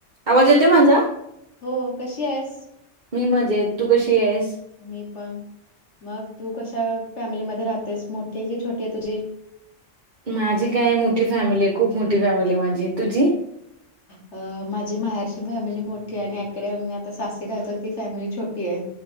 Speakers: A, on the right (about 40°); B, on the left (about 65°).
A: आवाज येतोय माझा?
B: हो कशी आहेस?
A: मी मजेत तू कशी आहेस?
B: मी पण मग तू कशा फॅमिलीमध्ये राहतेस मोठी की छोटी आहे तुझी?
A: माझी काय मोठी फॅमिली आहे खूप मोठी फॅमिली आहे माझी. तुझी?
B: अ माझी माहेरची फॅमिली मोठी आहे. आणि इकडे मी आता सासी राहतो ती फॅमिली छोटी आहे.